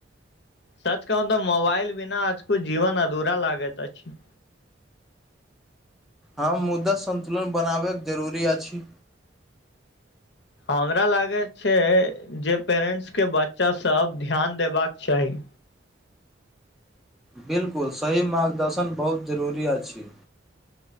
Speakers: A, on the left; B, in the centre.
A: सच कहू तऽ मोबाइल बिना आजकु जीवन अधूरा लागैत अछि
B: हम मुददा सन्तुलन बनाबै जरूरी अछि
A: हमरा लागैत छै जे पैरेनस के बच्चासभ ध्यान देबाक चाही
B: बिलकुल सही मार्गदर्शन बहुत जरूरी अछि